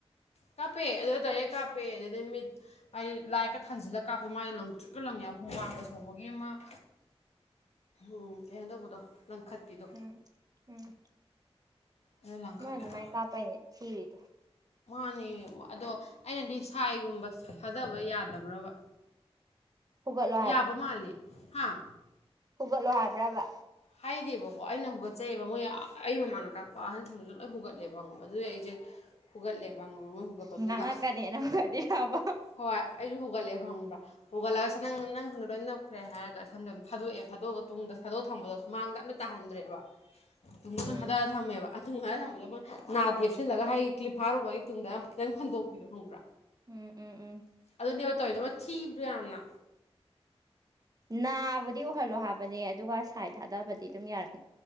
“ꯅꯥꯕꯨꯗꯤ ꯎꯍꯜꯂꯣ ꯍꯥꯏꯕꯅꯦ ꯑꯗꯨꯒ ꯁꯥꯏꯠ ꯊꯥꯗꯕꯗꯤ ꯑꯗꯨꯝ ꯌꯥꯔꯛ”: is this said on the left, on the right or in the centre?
Right